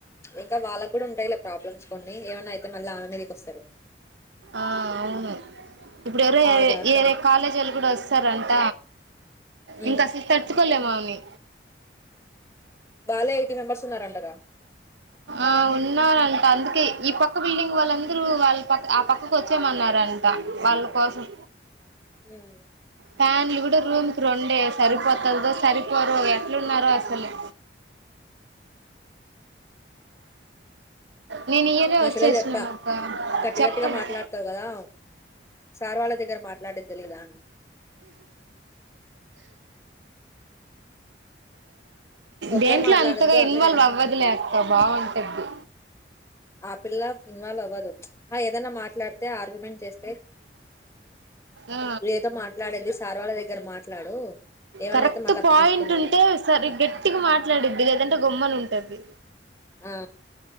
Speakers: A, on the left; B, on the right.
A: ఇంకా వాళ్ళకి కూడా ఉంటాయిలే ప్రాబ్లమ్స్ కొన్నీ ఏమన్నా అయితే మళ్ళీ ఆళ్ళ మీదకి వస్తారు.
B: ఆ అవును ఇప్పుడు ఎవరో
A: ఆ
B: ఏరే
A: జాగ్రత్త
B: ఏరే కాలేజీ వాళ్ళు కూడా వస్తారంట.
A: మ్మ్
B: ఇంకా అసలు తట్టుకోలేము న్ని
A: వల్లే యైటి మెంబర్స్ ఉన్న రంటాగా
B: ఆ ఉన్నారంట, అందుకే ఈ పక్క బిల్డింగ్ వాళ్ళందరూ వాళ్ళ పక్క ఆ పక్కకు వచ్చేయమన్నారంట వాళ్ళ కోసం
A: ఉమ్
B: ఫ్యాన్లు కూడా రూమ్ కి రొండే సరిపోతుందో సరిపోరో ఎట్లున్నారో అసలు నేను ఇయరే
A: మా
B: వచ్చేసినాను
A: చెల్లెలు చెప్పా
B: అక్క,
A: గట్టి
B: చెప్పండి
A: గట్టిగా మాట్లాడతావు కదా సార్ వాళ్ళ దగ్గర మాట్లాడేది తెలీదా అని ఒక్కరు
B: దేంట్లో
A: మాట్లాడొద్దు
B: అం
A: అందరు
B: ఇన్వాల్వ్
A: ఎళ్ళ
B: అవ్వదులే అక్క బాగుంటది
A: ఆ పిల్లా ఇన్వాల్వ్ అవ్వదు, ఆహా ఏదన్నాట్ మాట్ మాట్లాతే ఆర్గ్యమెంట్ చేస్
B: ఆ
A: ఏదో మాట్లాడేది సార్ వాళ్ళ దగ్గర మాట్లాడు ఏమన్నా
B: కరెక్ట్
A: అయితే మళ్ళీ అప్పుడు
B: పాయింట్
A: చూసుకుందామని
B: ఉంటే సరి గట్టిగా మాట్లాడుద్ది లేదంటే గొమ్మన ఉంటది
A: ఆ